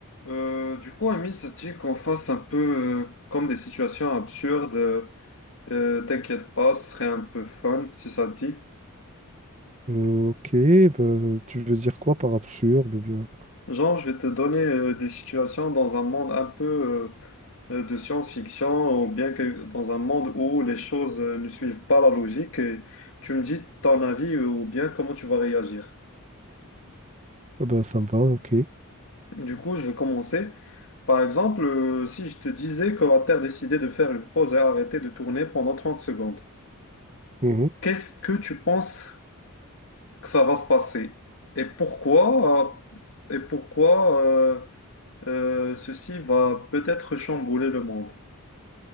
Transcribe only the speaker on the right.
Euh, ok, bah, tu veux dire quoi par absurde ou bien?
Ah Bah, ça me va, ok.
Mhm.